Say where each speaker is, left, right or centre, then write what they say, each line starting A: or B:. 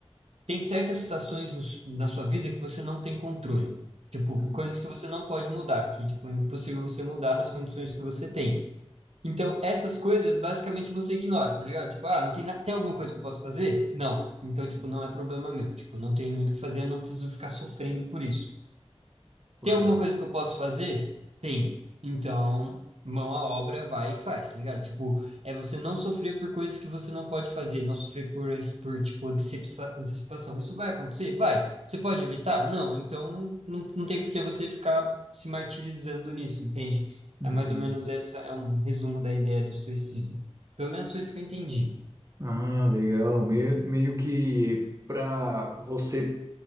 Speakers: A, on the right; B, on the right.
A: tem certas situações nos- na sua vida que você não tem controle. Tipo,
B: Hum,
A: coisas que você não pode mudar, que, tipo, é impossível você mudar nas condições que você tem. Então, essas coisas, basicamente, você ignora, tá ligado? Tipo, ah, não tem, na- tem alguma coisa que eu posso fazer? Não. Então,
B: hum,
A: tipo, não é problema meu. Tipo, não tem muito o que fazer, eu não preciso ficar sofrendo por isso.
B: correto.
A: Tem alguma coisa que eu posso fazer? Tem. Então, mão à obra, vai e faz, tá ligado? Tipo, é você não sofrer por coisas que você não pode fazer, não sofrer por, ansi- por tipo, antecipa- antecipação. Isso vai acontecer? Vai. Você pode evitar? Não. Então, não, não tem por que você ficar se martirizando nisso, entende?
B: Entendo.
A: É mais ou menos essa, é um resumo da ideia do estoicismo. Pelo menos foi isso que eu entendi.
B: Ah, legal. Meio, meio que para você